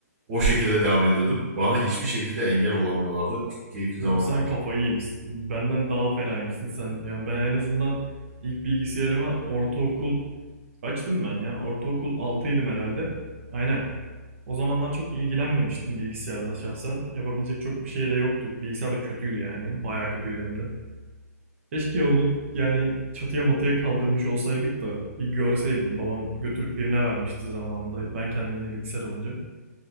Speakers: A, on the right; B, on the right.
A: O şekilde devam ediyordum. Bana hiçbir şekilde engel olamıyorlardı. Çok keyifli zamanlardı.
B: Abi sen kafayı yemişsin. Benden daha fenaymışsın sen. Yani ben en azından ilk bilgisayarıma ortaokul kaçtım ben ya? Ortaokul altıydım herhalde. Aynen. O zamanlar çok ilgilenmemiştim bilgisayarla şahsen. Yapabilecek çok bir şey de yoktu. Bilgisayar da kötüydü yani. Bayağı kötüydü hem de. Keşke onu yani çatıya matıya kaldırmış olsaydık da bir görseydim. Babam götürüp birine vermişti zamanında. Ben kendime yeni bilgisayar alınca.